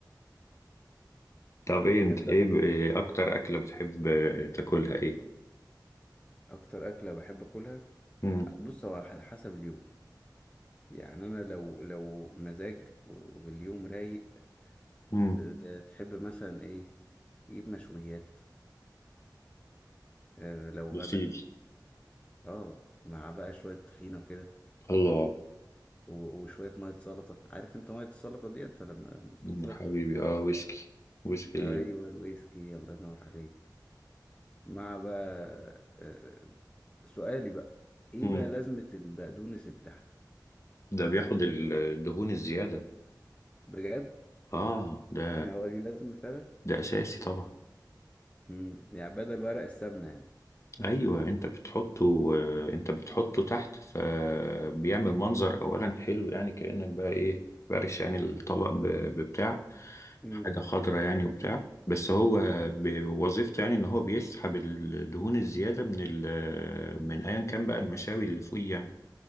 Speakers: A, on the left; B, on the left.
A: طب ايه انت
B: انت
A: ايه ب- إيه اكتر اكلة بتحب تاكلها ايه
B: اكتر اكله بحب اكلها
A: امم
B: بص هو على حسب اليوم يعني انا لو لو مزاج واليوم رايق
A: امم
B: ت- ت- تحب مثلا ايه يجيب مشويات اه لو
A: يا سيدي
B: غدا اه مع بقى شويه طحينه كده
A: الله
B: و- وشويه ميه سلطه عارف انت ميه السلطه ديت ولا ما ما وصلتلكش
A: مم، يا حبيبي اه ويسكي ويسكي
B: ايوه الويسكي الله ينور عليك مع بقى اه سؤالي بقى ايه
A: امم
B: بقى لازمه البقدونس اللي تحت
A: ده بياخد الدهون الزيادة
B: بجد
A: اه ده
B: هو ليه لازمة فعلا
A: ده اساسي طبعا
B: امم يعني بدل ورق السمنة يعني
A: ايوه انت بتحطه آه، انت بتحطه تحت فبيعمل منظر اولا حلو يعني كأنك بقى ايه بارش يعني الطبق ب- ببتاع
B: امم
A: حاجة خضرة يعني وبتاع بس هو بوظيفته يعني ان هو بيسحب الدهون الزيادة من ال من ايا كان بقى المشاوي اللي فوقيه يعني